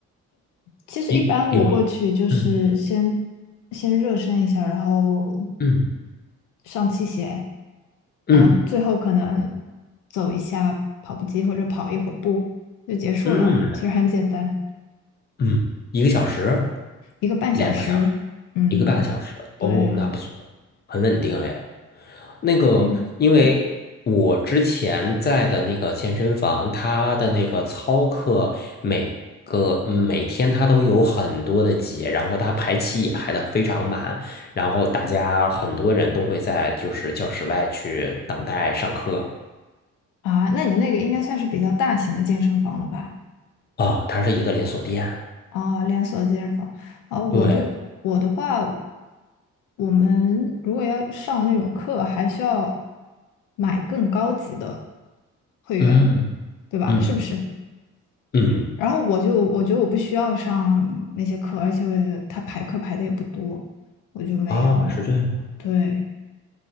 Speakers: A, on the left; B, on the left.
A: 其实一般我过去就是先
B: 有有，嗯
A: 先热身一下，然后
B: 嗯
A: 上器械，
B: 嗯
A: 然后最后可能走一下跑步机或者跑一会儿步就结束了。
B: 嗯，
A: 其实很简单，
B: 嗯，一个小时，
A: 一个半小时。
B: 两个小时，
A: 嗯，
B: 一个半小时，
A: 对，
B: 哦，那不错，很稳定哎。那个，
A: 嗯，
B: 因为我之前在的那个健身房，它的那个操课每个每天它都有很多的节，然后它排期也排的非常满，然后大家很多人都会在就是教室外去等待上课。
A: 啊，那你那个应该算是比较大型的健身房了吧？
B: 哦，它是一个连锁店。
A: 啊，连锁健身房啊，我这我的话，
B: 对，
A: 我们如果要上那种课，还需要买更高级的会员，
B: 嗯
A: 对吧？
B: 嗯，
A: 是不是？
B: 嗯，
A: 然后我就我觉得我不需要上那些课，而且我也，他排课排的也不多，我就没有，
B: 哦，是这样。
A: 对，